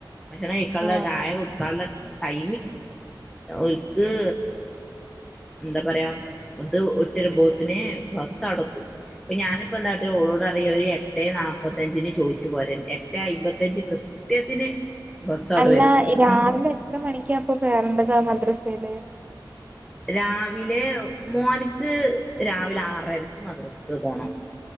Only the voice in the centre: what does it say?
പക്ഷേ കേക്കുള്ള
ചായ കുടുക്കാനുള്ള ടൈ ഒക്ക് എന്താ പറയാ ഇത് ബോത്തിനെ ബസ് അടക്കും അപ്പൊ ഞാനിപ്പ എന്തഓോ പറ ഒരു എട്ട് നാല്പത്തഞ്ചിന് ചോദിച്ചു പോരെ എട്ട് അമ്പത്തഞ്ച് കൃത്യത്തിന് ബസ്സവടെ
വരും
രാവിലെ മോനിക്ക് രാവിലെ ആറരക്ക് മദ്രസ്ക്ക് പോണം